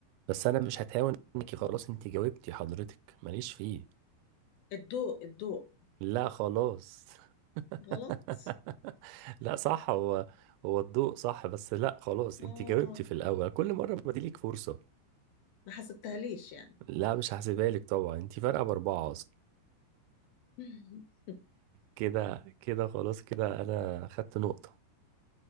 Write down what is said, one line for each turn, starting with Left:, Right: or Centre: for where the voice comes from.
Right: بس انا مش هتهاون انك خلاص انت جاوبتي حضرتك ماليش فيه
Left: الضوء الضوء
Right: لا خلاص <laughs>
Left: غلط
Right: لا صح هو هو الضوء صح بس لا خلاص
Left: اه
Right: انت جاوبتي في الاول كل مره بدي لك فرصه
Left: ما حسبتهاليش يعني
Right: لا مش هحسبها لك طبعا انت فارقه باربعه اصلا
Left: <laughs>
Right: كده كده خلاص كده انا خدت نقطه